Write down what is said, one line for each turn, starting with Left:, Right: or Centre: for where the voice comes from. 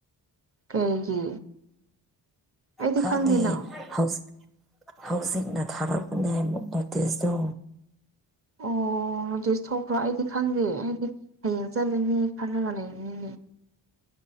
Right: ꯀꯩꯒꯤ ꯑꯩꯗꯤ
Centre: ꯈꯥꯗꯦ
Right: ꯈꯪꯗꯦꯅ
Centre: ꯍꯁ ꯍꯧꯖꯤꯛꯅ ꯊꯥꯔꯛꯄꯅꯦ ꯅꯣꯇꯤꯁꯇꯣ
Right: ꯑꯣ ꯑꯗꯨꯗꯤ ꯊꯣꯛꯄ꯭ꯔꯣ ꯑꯩꯗꯤ ꯈꯪꯗꯦ ꯑꯩꯗꯤ ꯍꯌꯦꯡ ꯆꯠꯂꯤꯅꯤ ꯈꯜꯂꯒ ꯂꯩꯕꯅꯤꯅꯦ